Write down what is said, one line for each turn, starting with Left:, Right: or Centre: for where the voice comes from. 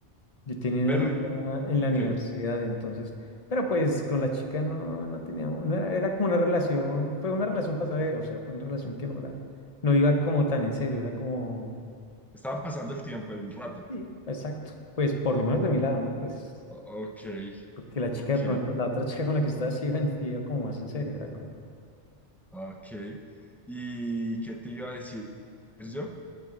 Left: Yo tenía una
Centre: pero,
Left: novia en
Centre: ok,
Left: la universidad, entonces, pero pues con la chica no, no teníamos, no era, era como una relación, fue una relación pasajera, o sea, fue una relación que no era, no iba como tan en serio, era como,
Centre: estaban pasando el tiempo, el rato.
Left: sí, exacto, pues por lo menos de mi lado, ¿no? Pues
Centre: O- Ok,
Left: porque la chica
Centre: ok,
Left: de pronto, la otra chica con la que estaba sí iba, en- sí iba como más en serio, era como,
Centre: ok. ¿Y qué te iba a decir yo?